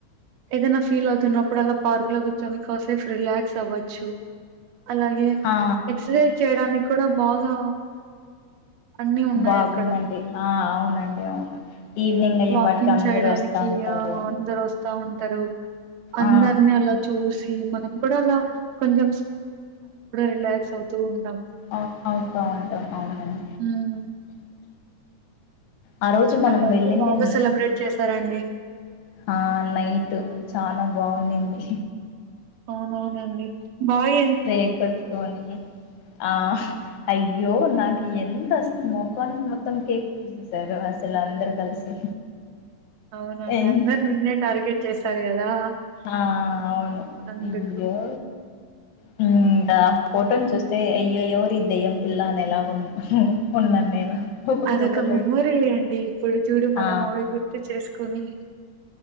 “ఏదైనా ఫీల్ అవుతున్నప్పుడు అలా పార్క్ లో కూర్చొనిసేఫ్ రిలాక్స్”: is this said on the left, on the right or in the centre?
Right